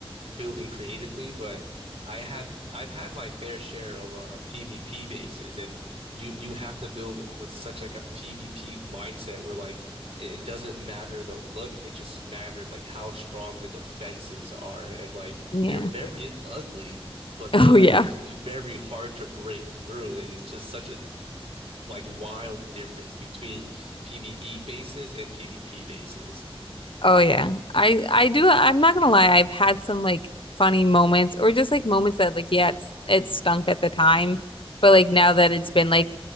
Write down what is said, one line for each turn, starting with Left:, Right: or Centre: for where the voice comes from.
Right: building creatively, but I have I've had my fair share of uh, PvP bases, and you you have to build in with such like a PvP mindset where like it, it doesn't matter the look, it just matters like how strong the defenses are, and like
Left: yeah
Right: they're very ugly, but
Left: <laughs> oh
Right: they're like
Left: yeah
Right: <laughs> very hard to break through, and it's just such a like wild difference between PvE bases and PvP bases.
Left: Oh yeah. I I do I'm not gonna lie, I've had some like funny moments or just like moments that like yeah, it's it stunk at the time, but like now that it's been like